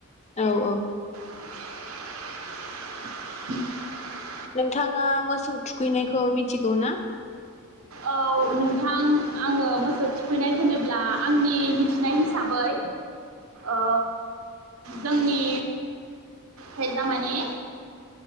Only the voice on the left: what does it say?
औ औ
नोंथाङा मोसौ थुखैनायखौ मिथिगौ ना?